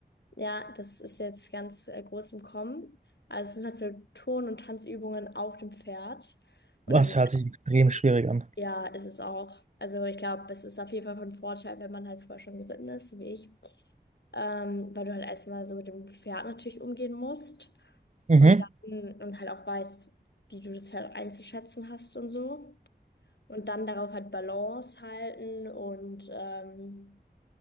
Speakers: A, on the left (about 75°); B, on the right (about 40°).
A: Ja, das ist jetzt ganz äh, groß im Kommen. Also es sind halt so Turn- und Tanzübungen auf dem Pferd. Und
B: Das
A: das ist
B: hört sich extrem schwierig an.
A: Ja, ist es auch. Also ich glaube, es ist auf jeden Fall von Vorteil, wenn man halt vorher schon geritten ist, so wie ich. Ähm, weil du halt erstmal so mit dem Pferd natürlich umgehen musst
B: Mhm.
A: und dann und halt auch weißt, wie du das Pferd einzuschätzen hast und so. Und dann darauf halt Balance halten und ähm,